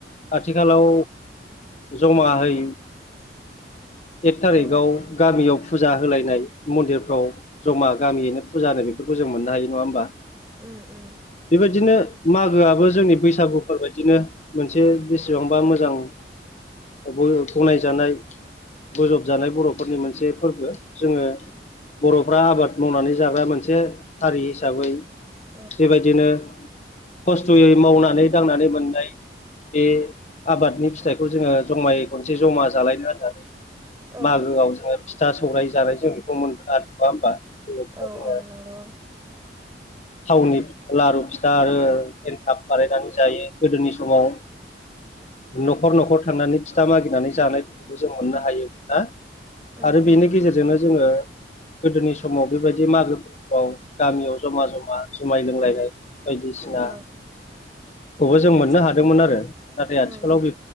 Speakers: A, on the left; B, on the right.
A: आथिखालाव जमा हैै
B: <inaudible>
A: एक थारिखाव
B: उम उम
A: गामियाव फुजा होलायनाय मन्दिरफ्राव जमा गामियैनो फुजानो बेफोरखौ जों मोननो हायो नङा होमबा?
B: उम उम।
A: बेबायदिनो मागोआबो जोंनि बैसागुफोर बायदिनो मोनसे बेसेबांबा मोजां बुंनाय जानाय बोजबजानाय बर'फोरनि मोनसे फोरबो जोङो। बर'फ्रा आबाद मावनानै जाग्रा मोनसे हारि हिसाबै।
B: औ
A: बेबायदिनो खस्थ'यै मावनानै दांनानै मोननाय बे आबादनि फिथाइखौ जोङो जमायै खनसे जमा जालायनो होननानै
B: औ
A: मागोआव
B: औ
A: जोङो फिथा सौराय जानाय जों बेखौ मोनगोन आरो नङा होमबा? बेबायदिनो
B: औ
A: जोङो
B: औ नंगौ।
A: थावनि लारु फिथा आरो एनकाप बानायनानै जायो गोदोनि समाव न'खर न'खर थांनानै फिथा मागिनानै जानायफोरखौबो जों मोननो हायोमोन ना।
B: उम
A: आरो
B: उम
A: बेनि गेजेरजोंनो जोङो। गोदोनि समाव बेबायदि मागोआव गामियाव जमा जमा जुमाय लोंलायनाय। बायदिसिनाखौबो
B: औ
A: जों
B: औ
A: मोननो
B: जायो
A: हादोंमोन आरो नाथाय आथिखालाव
B: औ
A: बे